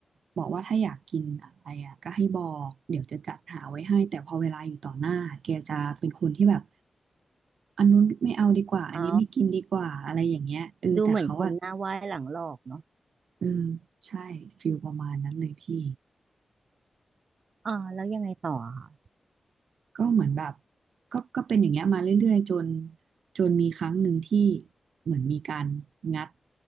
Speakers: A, on the right; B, on the right.
A: บอกว่าถ้าอยากกินอะไรอ่ะก็ให้บอกเดี๋ยวจะจัดหาไว้ให้แต่พอเวลาอยู่ต่อหน้าแกจะเป็นคนที่แบบอันนู้นไม่เอาดีกว่าอันนี้ไม่กินดีกว่าอะไรอย่างเงี้ยเออแต่เขาอ่ะ
B: เอาดูเหมือนคนหน้าไหว้หลังหลอกเนาะ
A: เออใช่ฟิลประมาณนั้นเลยพี่
B: อ่าแล้วยังไงต่ออะคะ
A: ก็เหมือนแบบก็ก็เป็นอย่างเงี้ยมาเรื่อยๆจนจนมีครั้งหนึ่งที่เหมือนมีการงัด